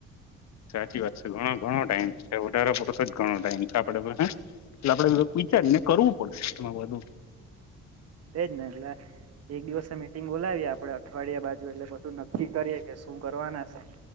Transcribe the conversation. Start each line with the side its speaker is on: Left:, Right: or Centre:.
Left: સાચી વાત છે ઘણો ઘણો ટાઈમ છે વધારો પડતો જ ઘણો ટાઈમ આપડે પાહે એટલે આપડે થોડુક વિચારીને કરવું પડશે તમા બધું
Right: તેજ ને એટલે એક દિવસે મીટિંગ બોલાવી આપડે અઠવાડિયા બાજુ એટલે બધું નક્કી કરીએ કે શું કરવાના